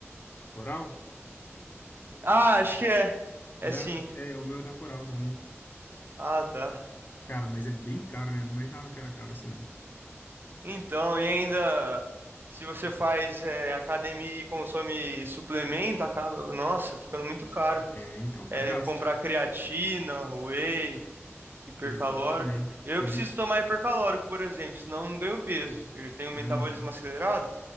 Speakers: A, on the left; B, on the right.
A: Coral?
B: Ah, acho que é. É
A: Não,
B: sim.
A: é, o meu é da Coral também.
B: Ah, tá.
A: Cara, mas é bem caro, né? Eu não imaginava que era caro assim, não.
B: Então, e ainda, se você faz é, academia e consome suplemento, acaba, nossa, ficando muito caro.
A: É, então, dá
B: É
A: gasto.
B: comprar creatina, whey. hipercalórico.
A: Exatamente.
B: Eu
A: Que
B: preciso
A: nem.
B: tomar hipercalórico, por exemplo, senão eu não ganho peso. Eu tenho um metabolismo
A: Aham.
B: acelerado.